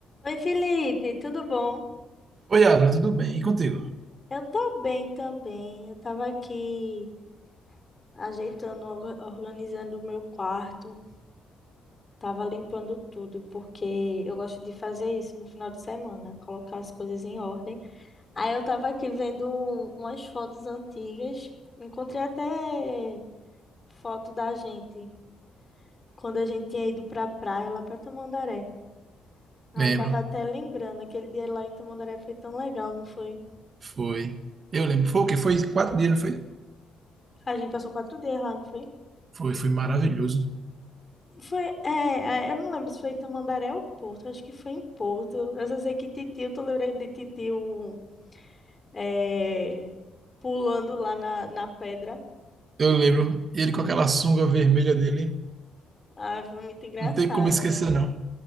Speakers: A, on the left; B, on the right.
A: Oi, Felipe, tudo bom?
B: Oi, Abra, tudo bem? E contigo?
A: Eu tô bem também. Eu tava aqui ajeitando, orga- organizando o meu quarto. Tava limpando tudo, porque eu gosto de fazer isso no final de semana, colocar as coisas em ordem. Aí eu tava aqui vendo um, umas fotos antigas. Encontrei até foto da gente, quando a gente tinha ido pra praia lá pra Tamandaré. Aí
B: Lembro.
A: tava até lembrando, aquele dia lá em Tamandaré foi tão legal, não foi?
B: Foi. Eu lembro. Foi o quê? Foi quatro dias, não foi?
A: A gente passou quatro dias lá, não foi?
B: Foi, foi maravilhoso.
A: Foi, é, é, eu não lembro se foi em Tamandaré ou Porto, acho que foi em Porto. Eu só sei que Titio, tu lembra de Titio é, pulando lá na, na pedra?
B: Eu lembro. Ele com aquela sunga vermelha dele.
A: Ah, foi muito engraçado.
B: Não tem como esquecer, não.